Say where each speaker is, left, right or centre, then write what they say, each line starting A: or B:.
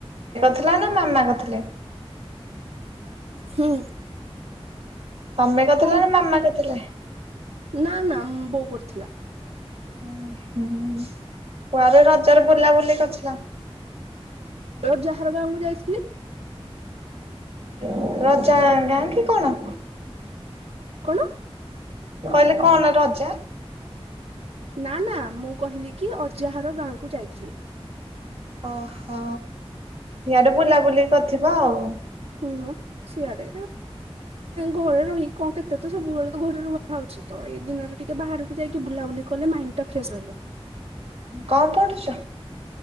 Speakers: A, on the right; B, on the right.
A: ଥିଲା ନା ମାମା କରିଥିଲେ।
B: ହୁଁ।
A: ତମେ କରିଥିଲ
B: କଣ
A: ନା ମାମା କରିଥିଲେ।
B: ନା ନା ବୋଉ କରିଥିଲା।
A: ଉ ହୁଁ କୁଆଡ ରଜରେ ବୁଲାବୁଲି କରିଥିଲ?
B: ରଜ <unintelligible> ରେ ମୁଁ ଯାଇଥିଲି
A: ହୁଁ ରଜା ଗାଁ କି କଣ?
B: କଣ
A: କହିଲେ କଣ ନା ରଜା
B: ନା ନା ମୁଁ କହିଲି କି ଅଜାହାର ଗାଁ କୁ ଯାଇଥିଲି।
A: ଓହୋ ଇଆଡେ ବୁଲା ବୁଲିି କରିଥିବ ଆଉ।
B: ହୁଁ ହଁ ସିଆଡେ ଘରେ ରହିକି କଣ କେତେ ତ ସବୁବେଳେ ଘରେ ରୁହଉଛି ତ ଏଇ ଦିନରେ ଟିକେ ବାହାରକୁ ଯାଇକି ବୁଲାବୁଲି କଲେ ମାଇଣ୍ଡ ଟା ଫ୍ରେଶ ରହିବ।
A: କଣ ପଢ଼ୁଛ?